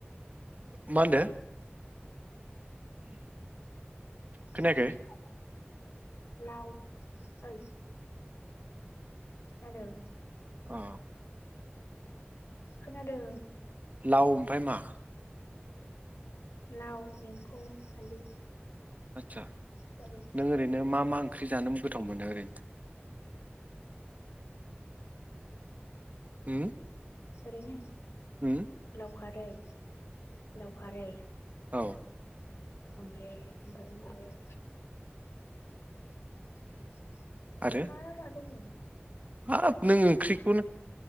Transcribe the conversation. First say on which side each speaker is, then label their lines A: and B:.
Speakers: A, on the right; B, on the left.
A: मा होनदो खोनायाखै
B: ओंख्रि लाव ओइ हेलौ
A: अ
B: खोनादों
A: दाउ ओमफाय मा
B: लाव एम्फौ आलु
A: आतसा
B: सवाबिन
A: नों ओरैनो मा मा ओंख ओंख्रि जानो गोथाव मोनो ओरैनो उम
B: ओरैनो
A: हम
B: अखारै लावखारै
A: औ
B: ओमफ्राय ओफ्राय आरो <inaudible>
A: आरो
B: मा मा दंमोन
A: हाब नों ओंख्रिखौनो